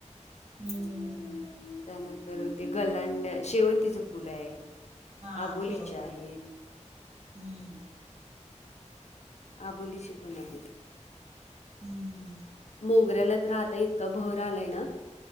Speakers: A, on the right; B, on the left.
A: हम्म
B: त्यानंतर
A: हम्म हम्म
B: ते गलांड शेवंतीच फूल आहे.
A: हा
B: आंबोली
A: शेवंताच
B: ची आहेत.
A: हम्म
B: अबोलीची पण आहेत.
A: हम्म.
B: मोगऱ्याला तर आता इतका बहर आलाय ना